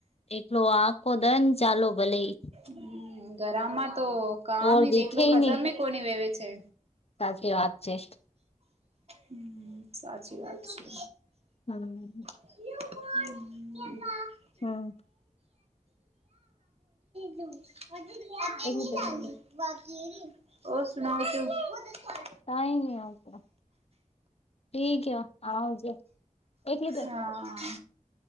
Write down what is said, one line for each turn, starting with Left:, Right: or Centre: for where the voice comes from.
Left: એટલો આખો દન ચાલો ભલે એ.
Right: હમ, ગરામાં તો કામ
Left: ઓર દેખે
Right: એકલો ખતમ
Left: નહી
Right: કોની વેવે છે.
Left: સાચી વાત છે.
Right: હમ, સાચી વાત છે.
Left: હમ.
Right: હમ.
Left: હમ.
Right: <inaudible>
Left: એક મિનિટ તઈ નહીં આવતો. ઠીક હે આવજો એક લીટર
Right: હા.